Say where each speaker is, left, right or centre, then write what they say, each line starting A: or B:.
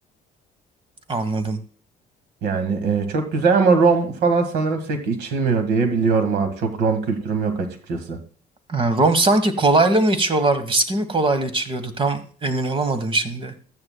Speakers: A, on the right; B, on the right.
A: anladım.
B: Yani e, çok güzel ama rom falan sanırım pek içilmiyor diye biliyorum abi. Çok rom kültürüm yok açıkçası.
A: Ha, rom sanki kolayla mı içiyorlar? Viski mi kolayla içiliyordu? Tam emin olamadım şimdi.